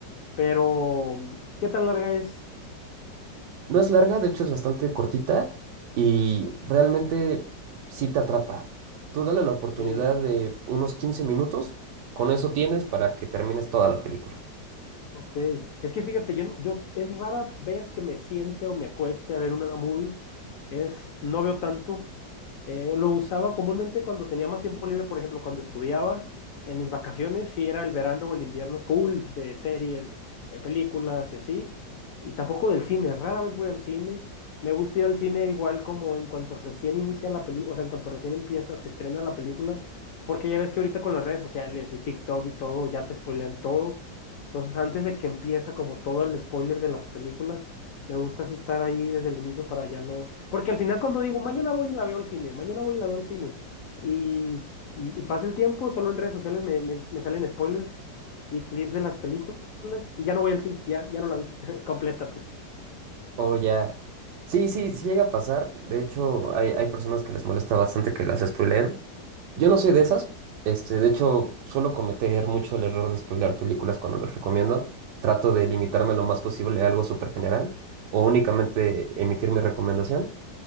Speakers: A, on the left; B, on the right.
A: Pero, ¿qué tan larga es?
B: No es larga, de hecho es bastante cortita y realmente sí te atrapa. Tú dale la oportunidad
A: Ok,
B: de unos 15 minutos, con eso tienes para que termines toda la película.
A: Ok, es que fíjate, yo, no- yo es rara vez que me siente o me acueste a ver una movie, es, no veo tanto, Eh, lo usaba comúnmente cuando tenía más tiempo libre, por ejemplo, cuando estudiaba, en mis vacaciones, si era el verano o el invierno, full de series, eh, películas y así, y tampoco del cine, rara vez voy al cine, me gusta ir al cine igual como en cuanto recién inicia la película, o sea, en cuanto recién empieza, se estrena la película, porque ya ves que ahorita con las redes sociales y TikTok y todo, ya te spoilean todo. Entonces, antes de que empieza como todo el spoiler de las películas, me gusta así estar ahí desde el inicio para ya no. Porque al final, cuando digo mañana voy y la veo al cine, mañana voy y la veo al cine, y, y pasa el tiempo, solo en redes sociales me, me- me salen spoilers y clips de las películas, y ya no voy al cine, ya, ya no la vi <laughs> completa, pues.
B: O ya. Sí, sí, sí llega a pasar. De hecho, hay, hay personas que les molesta bastante que las spoileen. Yo no soy de esas. Este, de hecho, suelo cometer mucho el error de spoilear películas cuando las recomiendo. Trato de limitarme lo más posible a algo súper general o únicamente emitir mi recomendación.